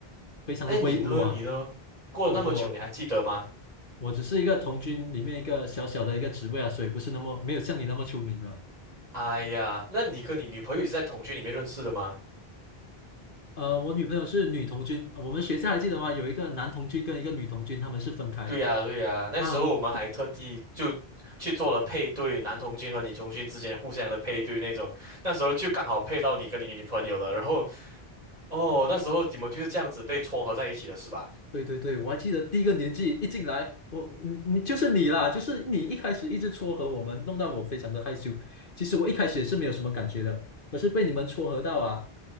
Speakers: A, on the left (about 55°); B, on the right (about 40°).
A: 非常的威武啊，
B: 哎，你呢？你呢？过了那么久，
A: 哦，我
B: 你还记得吗？
A: 我只是一个童军里面一个小小的一个职位啊，所以不是那么没有像你那么出名啊。
B: 哎呀，那你跟你女朋友也是在同居里面认识的吗？
A: 呃，我女朋友是女童军，我们学校还记得吗？有一个男童军跟一个女童军，他们是分开的
B: 对呀，对呀，那时候我们还特地就去做了配对，
A: 啊，我。
B: 男同军和女同军之间互相的配对那种，那时候就刚好配到你跟你女朋友了，然后。哦，那时候你们就是这样子被撮合在一起的是吧？
A: 对对对，我还记得第一个年纪一进来，我你你就是你啦，就是你一开始一直撮合我们，弄到我非常的害羞。其实我一开始也是没有什么感觉的，可是被你们撮合到啊，